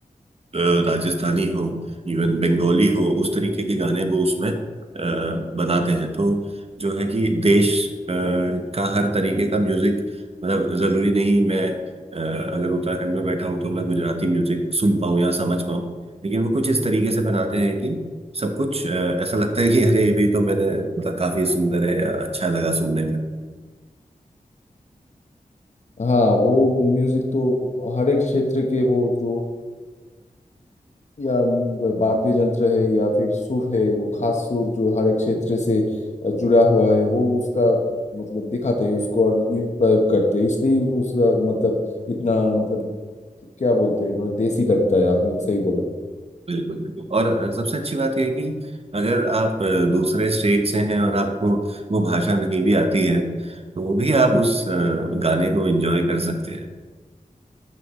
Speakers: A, on the right (about 45°); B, on the left (about 55°).
A: अ, राजस्थानी हो इवन बंगाली हो उस तरीके के गाने वो उसमें अ, बनाते हैं तो जो है कि देश अ, का हर तरीके का म्यूजिक मतलब जरूरी नहीं मैं अ, अगर उत्तराखंड में बैठा हूँ तो मैं गुजराती म्यूजिक सुन पाऊँ या समझ पाऊँ लेकिन वो कुछ इस तरीके से बनाते हैं कि सब कुछ अ, ऐसा लगता है कि अरे ये भी तो मैंने मतलब काफी सुंदर है या अच्छा लगा सुनने में
B: हाँ वो म्यूजिक तो हर एक क्षेत्र के वो जो या म, वाद्य यंत्र है या फिर सुर है वो खास सुर जो हर एक क्षेत्र से अ, जुड़ा हुआ है वो उसका मतलब दिखाते हैं उसको और ये प्रयोग करते हैं इसलिए वो उसका मतलब इतना मतलब क्या बोलते हैं मतलब देसी लगता है आपने सही बोला
A: बिल्कुल बिल्कुल और सबसे अच्छी बात यह है कि अगर आप अ, दूसरे स्टेट से हैं और आपको वो भाषा नहीं भी आती है तो भी आप उस अ, गाने को एंजॉय कर सकते हैं